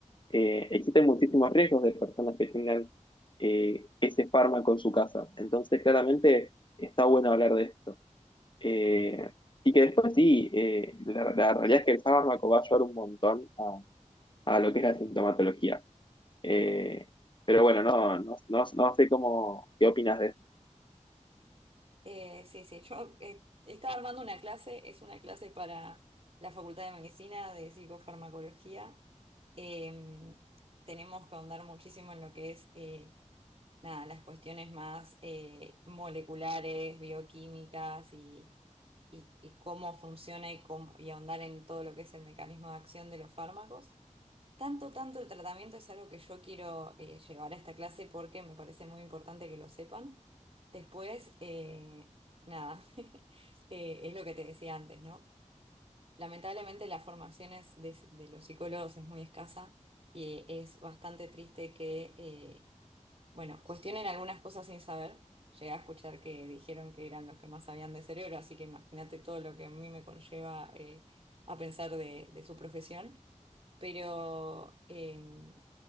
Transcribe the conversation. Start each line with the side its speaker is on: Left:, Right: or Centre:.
Left: eh, existen muchísimos riesgos de personas que tengan eh, ese fármaco en su casa. Entonces, claramente está bueno hablar de esto. Eh, y que después sí, eh, la, la realidad es que el fármaco va a ayudar un montón a, a lo que es la sintomatología. Eh, pero bueno, no, no, no, no sé cómo, qué opinas de esto.
Right: Eh, sí, sí, yo eh, estaba armando una clase, es una clase para la Facultad de Medicina de Psicofarmacología. Em, tenemos que ahondar muchísimo en lo que es eh, nada, las cuestiones más eh, moleculares, bioquímicas y, y, y cómo funciona y, cómo- y ahondar en todo lo que es el mecanismo de acción de los fármacos. Tanto, tanto el tratamiento es algo que yo quiero eh, llevar a esta clase porque me parece muy importante que lo sepan. Después, eh, nada, <laughs> eh, es lo que te decía antes, ¿no? Lamentablemente la formación es de, de los psicólogos es muy escasa y es bastante triste que... eh, bueno, cuestionen algunas cosas sin saber. Llegué a escuchar que dijeron que eran los que más sabían de cerebro, así que imagínate todo lo que a mí me conlleva eh, a pensar de, de su profesión pero em,